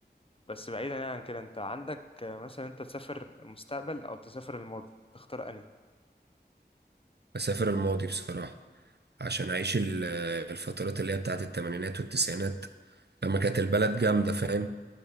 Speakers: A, on the left; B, on the right.
A: بس بعيدا يعني عن كده انت عندك مثلا انت تسافر المستقبل او تسافر الماضي تختار انهي
B: أسافر الماضي بصراحة عشان أعيش ال- آه، الفترات اللي هي بتاعت التمانينات والتسعينات لما كانت البلد جامدة فاهم